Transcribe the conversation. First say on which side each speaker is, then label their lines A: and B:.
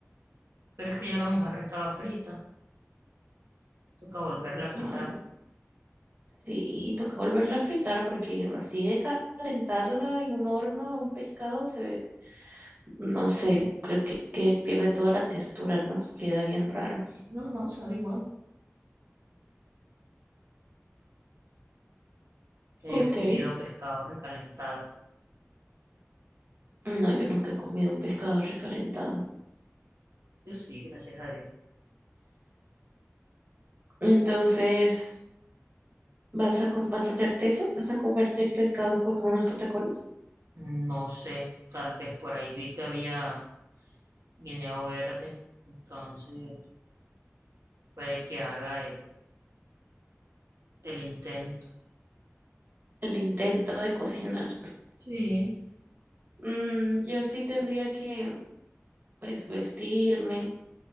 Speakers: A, on the right; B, on the right.
A: Pero es que ya la mojarra estaba frita. Toca volverla a fritar.
B: Ah, sí, toca volverla a fritar porque así de ca- calentarla en un horno un pescado se, no sé, creo que, que pierde toda la textura, ¿no? Queda bien raro.
A: No, no, sabe igual. Ya
B: Ok.
A: yo he comido pescado recalentado.
B: No, yo nunca he comido un pescado recalentado.
A: Yo sí, gracias a Dios.
B: Entonces, ¿vas a, co- vas a hacerte eso? ¿Vas a comerte el pescado con unos patacones?
A: No sé, tal vez por ahí vi que había guineo verde, entonces puede que haga el, el intento.
B: el intento de cocinar.
A: Sí,
B: Mm, yo sí tendría que, pues, vestirme